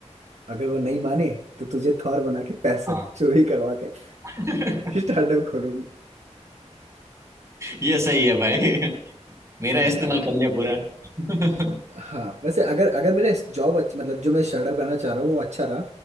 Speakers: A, on the right (about 70°); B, on the right (about 25°).
A: अगर वो नहीं माने तो तुझे थॉर बना के पैसा
B: हाँ
A: चोरी करवा के
B: <laughs>
A: <laughs> स्टार्टअप खोलूंगा
B: ये सही है भाई मेरा
A: यार
B: इस्तेमाल कर लिया पूरा <laughs>
A: हाँ वैसे अगर अगर मेरा जॉब अच्छा मतलब जो मैं स्टार्टअप करना चाह रहा हूँ वो अच्छा रहा